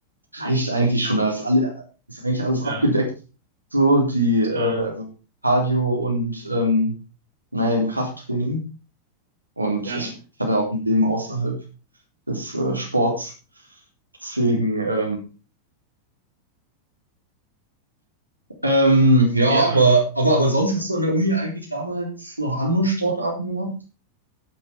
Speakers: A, on the right (about 80°); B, on the right (about 65°).
A: reicht eigentlich schon. Da ist, alle, ist eigentlich alles abgedeckt.
B: ja,
A: So, die äh,
B: klar.
A: also Cardio und ähm, naja, im Krafttraining. Und
B: Ja.
A: ich, ich habe ja auch ein Leben außerhalb des äh, Sports. Deswegen, ähm, ähm, ja,
B: Ja,
A: aber, aber, aber sonst hast du an der Uni eigentlich damals noch andere Sportarten gemacht?